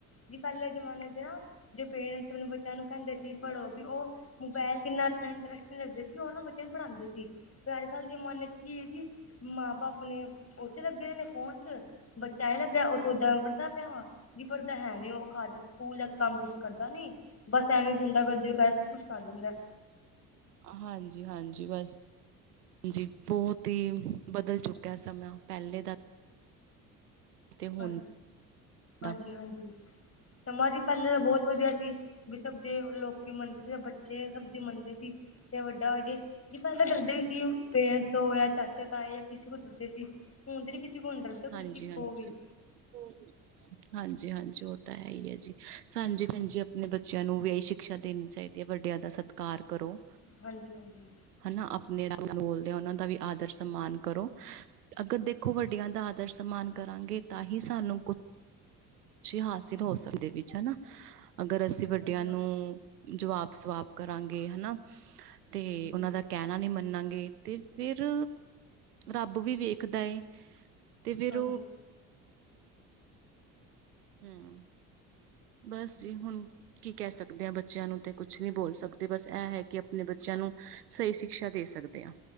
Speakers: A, on the left; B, on the right.
A: ਕੀ ਪਹਿਲੇ ਜਮਾਨੇ ਤੇ ਨਾ ਜੋ ਪੇਰੈਂਟਸ ਆਪਣੇ ਬੱਚਿਆਂ ਨੂੰ ਕਹਿੰਦੇ, ਸੀ ਪੜ੍ਹੋ ਉਹ ਮੋਬਾਇਲ 'ਚ ਇਨਾ ਇੰਟਰਸਟ ਲੱਗਦੇ ਸੀ। ਉਹ ਨਾ ਬੱਚਿਆਂ ਨੂੰ ਪੜ੍ਹਾਉਂਦੇ ਸੀ। ਅੱਜ- ਕੱਲ੍ਹ ਜ਼ਮਾਨੇ ਚ ਕੀ ਹੈ ਜੀ। ਮਾਂ- ਬਾਪ ਆਪਣੇ ਉਥੇ ਲੱਗੇ ਦੇ ਨੇ ਫੋਨ ਚ, ਬੱਚਾ ਹੀ ਲੱਗਿਆ ਉਥ ਓਦ ਵੱਡਾ ਜੀ ਪੜ੍ਹਦ ਹੈ ਨਈ, ਉਹ ਖਾਲੀ ਸਕੂਲ ਜਾ ਕੇ ਕੰਮ ਕੁਛ ਕਰਦਾ ਨਈ, ਬਸ ਐਵੇਂ ਗੁੰਡਾ ਚੰਡੀਗੜ੍ਹ ਕੁੱਛ ਕਰ ਲੈਂਦਾ
B: ਹਾਂਜੀ-ਹਾਂਜੀ ਬਸ। ਹਾਂਜੀ, ਬਹੁਤ ਹੀ ਬਦਲ ਚੁੱਕਾ ਸਮਾਂ ਪਹਿਲੇ ਦਾ ਤੇ ਹੁਣ
A: ਹਾਂ ਹਾਂਜੀ-ਹਾਂਜੀ
B: ਦਾ।
A: ਸਮਾਂ ਜੀ ਪੈਲੇ ਤੇ ਬੋਤ ਵਧੀਆ ਸੀ। ਬੀ ਸਬਦੀ ਲੋਕੀ ਮੰਨਦੇ, ਬੱਚੇ ਸਬਦੀ ਮੰਨਦੇ ਸੀ। ਚਾਏ ਵੱਡਾ ਹੋਏ ਜੀ। ਜੀ ਪੈਲੇ ਤਾਂ ਡਰਦੇ ਵੀ ਸੀ। ਪੇਰੈਂਟਸ ਤੋਂ ਜਾਂ ਚਾਚੇ ਤਾਏ ਜਾਂ ਕਿਸੇ ਕੋ ਡਰਦੇ ਸੀ। ਹੂਣ ਤੇ ਨੀਂ ਕਿਸੇ ਕੋ ਨੀਂ ਡਰਦਾ ਕਿਸੇ
B: ਹਾਂਜੀ-ਹਾਂਜੀ।
A: ਕੋ ਵੀ
B: <inaudible> ਹਾਂਜੀ-ਹਾਂਜੀ, ਓ ਤਾਂ ਹੈ ਈ ਏ ਜੀ। ਸਾਨੂੰ ਜੀ ਭੈਣ ਜੀ, ਆਪਣੇ ਬੱਚਿਆਂ ਨੂੰ ਵੀ ਏਈ ਸ਼ਿਕਸ਼ਾ ਦੇਣੀ ਚਾਈਦੀ ਐ, ਵੱਡਿਆਂ ਦਾ ਸਤਿਕਾਰ ਕਰੋ।
A: ਹਾਂਜੀ, ਹਾਂਜੀ।
B: ਹਨਾਂ ਆਪਣੇ ਰੰਗ ਬੋਲਦੇ ਆ ਓਨਾਂ ਦਾ ਵੀ ਆਦਰ ਸਮਾਨ ਕਰੋ ਅਗਰ ਦੇਖੋ, ਵੱਡਿਆਂ
A: ਹਾਂਜੀ
B: ਦਾ ਆ ਦਰ ਸਮਾਨ ਕਰਾਂਗੇ ਤਾਂ ਹੀ ਸਾਨੂੰ ਕੁ ਕੁਛ ਹਾਸਿਲ ਹੋ ਸਕਦੇ ਵਿੱਚ ਹਨਾਂ। ਅਗਰ ਅਸੀਂ ਵੱਡਿਆਂ
A: ਹਾਂਜੀ
B: ਨੂੰ ਜਵਾਬ-ਸਵਾਬ ਕਰਾਂਗੇ। ਹਨਾ, ਤੇ
A: ਹਾਂਜੀ
B: ਓਨਾਂ ਦਾ ਕੈਣਾਂ ਨੀਂ ਮੰਨਾਂਗੇ, ਤੇ ਫਿਰ ਰੱਬ ਵੀ ਵੇਖਦਾ ਏ। ਤੇ ਫੇਰ
A: ਹਾਂਜੀ
B: ਹਂ। ਬਸ ਜੀ ਹੁਣ ਕੀ ਕੈਅ ਸਕਦੇ ਆਂ ਬੱਚਿਆਂ ਨੂੰ ਤੇ ਕੁਛ ਨ੍ਹੀਂ ਬੋਲ ਸਕਦੇ। ਬਸ ਇਹ ਹੈ ਕਿ ਆਪਣੇ ਬੱਚਿਆਂ ਨੂੰ ਸਈ ਸ਼ਿਕਸ਼ਾ ਦੇ ਸਕਦੇ ਆਂ।